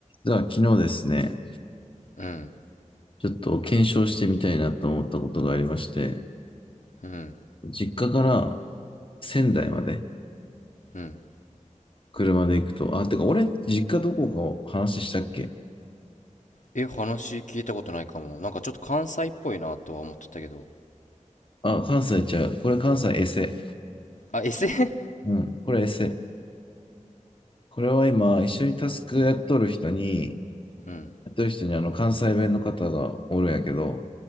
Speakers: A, on the left; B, on the left.
A: 実は昨日ですね、
B: うん、
A: ちょっと検証してみたいなと思ったことがありまして、
B: うん、
A: 実家から仙台まで、
B: うん。
A: 車で行くと、あ、てか俺、実家どこかを話したっけ
B: え、話聞いたことないかも。なんかちょっと関西っぽいなとは思っとったけど。
A: あ、関西ちゃう。これ関西エセ。
B: あ、SF?
A: うん、これエセ。これは今、一緒にタスクやっとる人に、
B: うん、
A: やっとる人にあの関西弁の方がおるんやけど、